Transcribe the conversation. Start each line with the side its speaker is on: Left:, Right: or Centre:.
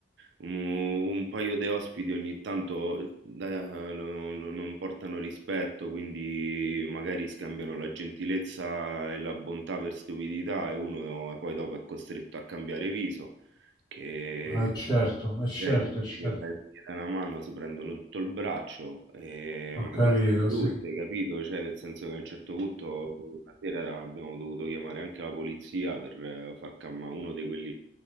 Right: Un, un paio di ospiti ogni tanto da- no- no- non portano rispetto, quindi magari scambiano la gentilezza e la bontà per stupidità e uno poi dopo è costretto a cambiare viso, che...
Left: Eh certo, eh certo,
Right: Cioè, gli
Left: eh certo,
Right: gli dai gli dai una mano, si prendono tutto il braccio, eh,
Left: ho
Right: ma
Left: capito,
Right: cose Sì. brutte,
Left: sì.
Right: capito? Cioè, nel senso che a un certo punto una sera abbiamo dovuto chiamare anche la polizia per eh, far calmare uno di quelli